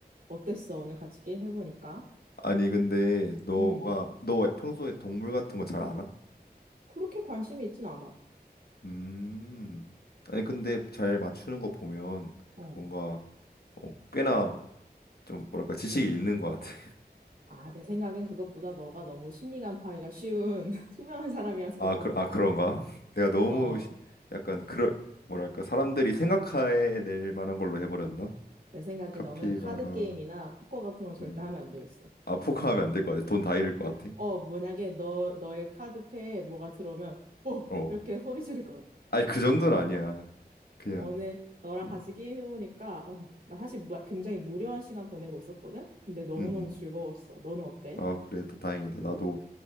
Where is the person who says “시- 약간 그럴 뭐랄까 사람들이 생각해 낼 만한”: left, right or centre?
Left